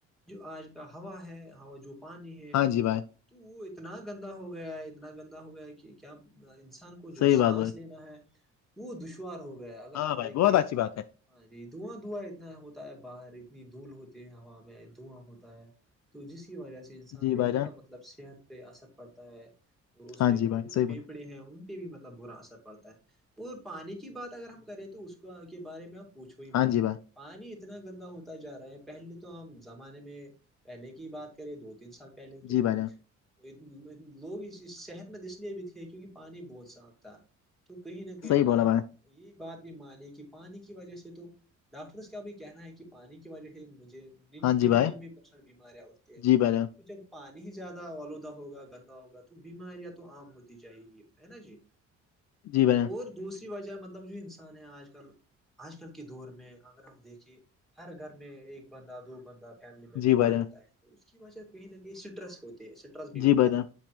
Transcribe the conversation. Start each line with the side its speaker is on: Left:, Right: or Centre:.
Centre: جو آج کا ہوا ہے ہوا جو پانی ہے
Left: ہاں جی بھائی
Centre: تو وہ اتنا گندا ہو گیا ہے اتنا گندا ہو گیا ہے کہ کیا انسان کو کو جو
Left: صحیح
Centre: سانس
Left: بات بولے
Centre: لینا ہے وہ دشوار ہو گیا اگر
Left: ہاں
Centre: ہم
Left: بھائی
Centre: دیکھیں
Left: بہت اچھی بات ہے
Centre: ہاں جی دھواں دھواں اتنا ہوتا ہے باہر اتنی دھول ہوتی ہے ہوا میں دھواں ہوتا ہے تو جس کی وجہ سے انسان
Left: جی
Centre: پہ
Left: بھائی
Centre: اتنا
Left: جان
Centre: مطلب صحت پہ اثر پڑتا ہے وہ اس
Left: ہاں
Centre: پہ مطلب
Left: جی بھائی صحیح
Centre: پھیپھڑے
Left: بولا
Centre: ہیں ان بھی مطلب برا اثر پڑتا ہے اور پانی کی بات اگر ہم کریں تو اس کے بارے میں آپ پوچھو ہی
Left: ہاں
Centre: مت
Left: جی بھائی
Centre: پانی اتنا گندا ہوتا جا رہا ہے پہلے تو ہم زمانے میں پہلے کی بات کریں دو تین سال پہلے تو
Left: جی بھائی جان
Centre: لوگ صحت مند اس لیے بھی تھے کیونکہ پانی بہت سا آتا ہے تو کہیں نہ کہیں
Left: صحیح
Centre: اگر
Left: بولا
Centre: ہم
Left: بھائی
Centre: یہ بات بھی مانے کہ پانی کی وجہ سے تو ڈاکٹرس کا بھی کہنا ہے کہ پانی وجہ سے مجھے ننانوے
Left: ہاں جی بھائی
Centre: پرسنٹ بیماریاں اھتی ہیں
Left: جی بھائی جان
Centre: تو جب پانی ہی زیادہ آلودہ ہوگا گندا ہوگا تو بیماریاں تو عام ہوتی جائےیں گی ہے نا جی
Left: جی بھائی جان
Centre: اور دوسری وجہ مطلب جو انسان ہے آج کل آج کل کے دور میں اگر ہم دیکھے ہر گھر میں ایک بندہ دو بندہ فیملی میں
Left: جی
Centre: بیمار
Left: بھائی جان
Centre: رہتا ہے تو اس کی وجہ کہیں نہ کہیں اسٹرس ہوتے ہے اسٹرس بھی ہوتا
Left: جی بھائی جان
Centre: ہے